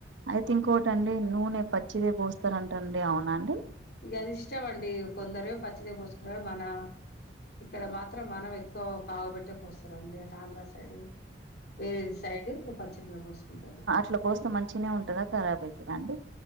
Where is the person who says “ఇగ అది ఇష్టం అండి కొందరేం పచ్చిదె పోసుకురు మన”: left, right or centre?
Left